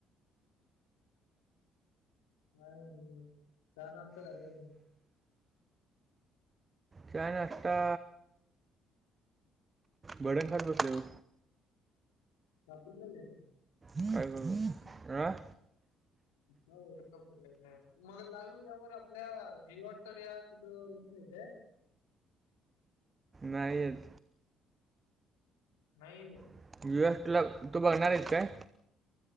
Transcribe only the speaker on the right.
चाहा, नाष्टा वडे खात होते हो.
काय ग अह
नाही येत.
<unintelligible> तु भरणार आहेस काय?